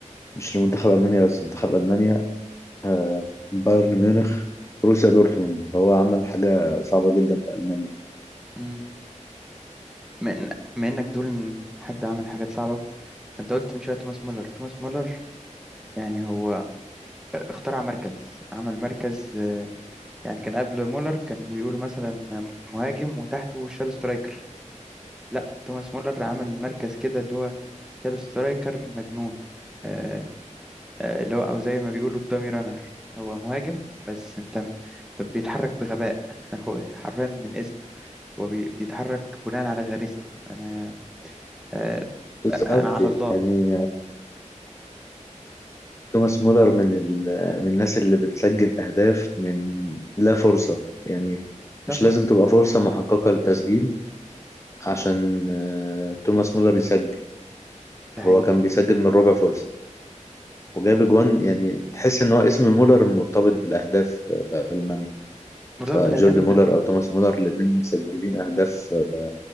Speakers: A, on the left (about 20°); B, in the centre.
A: مش لمنتخب ألمانيا بس منتخب ألمانيا آه، بايرن ميونخ بروسيا دورتموند فهو عمل حاجة صعبة جدا في ألمانيا
B: مم. بما إن- بما انك بتقول ان حد عمل حاجات صعبه انت قلت من شويه توماس مولر توماس مولر يعني هو آه، اخترع مركز عمل مركز آه، يعني كان قبل مولر كانوا بيقولوا مثلا مهاجم وتحته شادو سترايكر لا توماس مولر عمل مركز كده اللي هو شادو سترايكر مجنون آه، آه، اللي هو او زي ما بيقولوا الدامي رانر هو مهاجم بس انت م- بيتحرك بغباء <laughs> هو حرفيا من اسمه هو بي- بيتحرك بناء على غريزته انا آه،
A: بالظبط
B: انا على
A: يعني
B: الله
A: توماس مولر من ال... من الناس اللي بتسجل أهداف من لا فرصة يعني
B: سفر
A: مش لازم تبقى فرصة محققة للتسجيل عشان آه، توماس مولر يسجل
B: ده
A: هو
B: حقيقي
A: كان بيسجل من ربع فرصة وجاب اجوان يعني تحس ان هو اسم مولر مرتبط بالاهداف آه، في المانيا
B: مرتبط
A: سواء
B: بالاهداف
A: جوردي
B: ال-
A: مولر او توماس مولر الاثنين مسجلين اهداف آه،